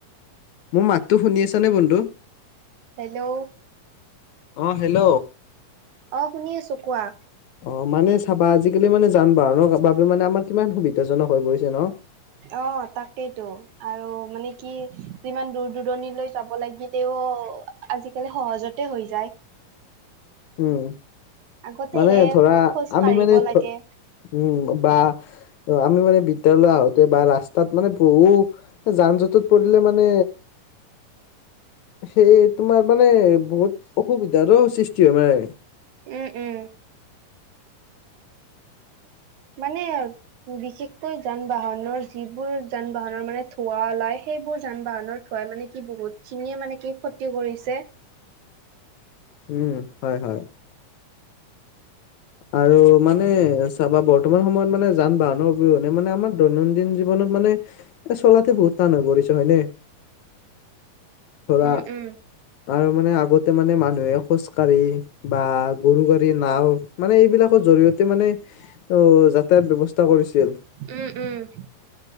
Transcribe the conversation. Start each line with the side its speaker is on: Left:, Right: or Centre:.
Left: মোৰ মাততো শুনি আছ নে বন্ধু?
Right: হেল্ল'?
Left: অ', হেল্ল'?
Right: অ', শুনি আছো কোৱা?
Left: অ', মানে চাবা আজিকালি মানে যান-বাহনৰ বাবে মানে আমাৰ কিমান সুবিধাজনক হৈ পৰিছে, ন'!
Right: অ', তাকেইটো। আৰু মানে কি যিমান দূৰ দূৰণিলৈ যাব লাগিলও। আজিকালি সহজতে হৈ যায়।
Left: উম,
Right: আগতেহে
Left: মানে ধৰা
Right: খোজ
Left: আমি
Right: কাঢ়িব
Left: মানে
Right: লাগে
Left: উম, বা অ', আমি মানে বিদ্যলয় আহোঁতে বা ৰাস্তা ত মানে বহু যান জঁটত পৰিলে মানে সেই তোমাৰ মানে বহুত অসুবিধাৰো সৃষ্টি হয় মানে।
Right: উম, উম। মানে অ বিশেষকৈ যান বাহনৰ যিবোৰ যান বাহনৰ মানে ধৱা ওলাই সেইবোৰ যান বাহনৰ। থই মানে কি বহুত খিনিয়ে মানে কি ক্ষতি কৰিছে।
Left: উম হয় হয়। আৰু মানে চাবা বৰ্তমান সময়ত মানে যান বাহনৰ অবিহনে মানে আমাৰ দৈনন্দিন জী ৱনত মানে এ চলাতে বহুত টান হৈ পৰিছে হয়নে। ধৰা।
Right: উম উম
Left: আৰু মানে আগতে মানে মানুহে খোজকাঢ়ি বা গৰু, গাড়ী নাওঁ। মানে এইবিলাকৰ জৰিয়তে মানে অ যাতায়ত ব্যৱস্থা কৰিছিল।
Right: উম উম,